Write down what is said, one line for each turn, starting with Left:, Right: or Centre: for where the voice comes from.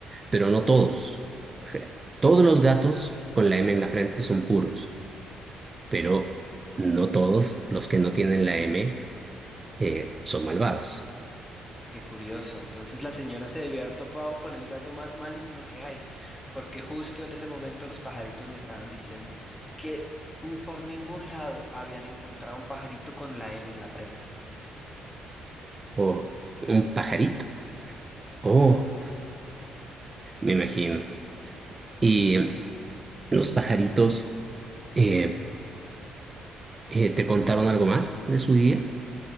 Right: pero no todos. O sea, todos los gatos con la M en la frente son puros, pero no todos los que no tienen la M eh, son malvados.
Left: Qué curioso. Entonces la señora se debió haber topado con el gato más maligno que hay, porque justo en ese momento los pajaritos me estaban diciendo que n- por ningún lado habían encontrado un pajarito con la M en la frente.
Right: Oh, un pajarito. Oh, me imagino. ¿Y em, los pajaritos eh, eh, te contaron algo más de su día?